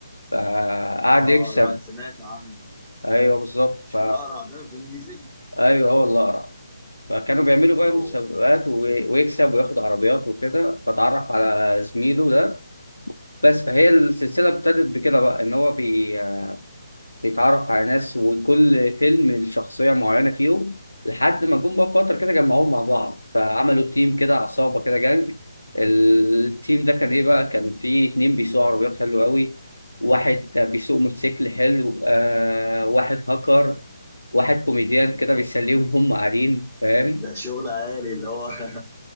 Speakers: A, on the left; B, in the centre.
A: فقعد
B: اه
A: يكسب
B: لا سمعت عنه
A: ايوه بالظبط
B: مش
A: ف
B: الاقرع ده فين ديزل
A: ايوه هو اللي اقرع فكانوا بيعملوا بقى
B: هو
A: مسابقات و- ويكسب وياخد عربيات وكده فتعرف على زميله ده بس فهي السلسله ابتدت بكده بقى ان هو بي بيتعرف على ناس وكل فيلم الشخصية معينة فيهم لحد ما جم بقى في فترة كده جمعوهم مع بعض فعملوا تيم كده عصابة كده جانج التيم ده كان
B: مم.
A: إيه بقى كان فيه اتنين بيسوقوا عربيات حلو قوي واحد بيسوق موتوسيكل حلو آه واحد هاكر واحد كوميديان كده بيسليهم وهم قاعدين فاهم
B: ده شغل عالي اللي هو <laughs>